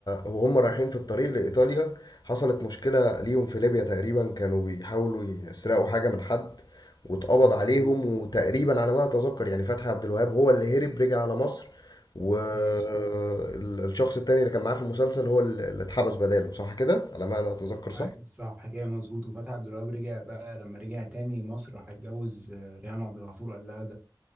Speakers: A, on the left (about 55°); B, on the right (about 15°).
A: وهم رايحين في الطريق لإيطاليا حصلت مشكلة ليهم في ليبيا تقريبا كانوا بيحاولوا يسرقوا حاجة من حد واتقبض
B: مظبوط
A: عليهم وتقريبا على ما أتذكر يعني فتحي عبد الوهاب هو اللي هرب رجع على مصر والشخص
B: مظبوط
A: التاني اللي كان معاه في المسلسل هو اللي اللي اتحبس بداله صح كده على ما أنا أتذكر صح
B: أيوة، صح حكاية مظبوط وفتحي عبد الوهاب رجع بقى لما رجع تاني مصر راح اتجوز آه، ريهام عبد الغفور قال لها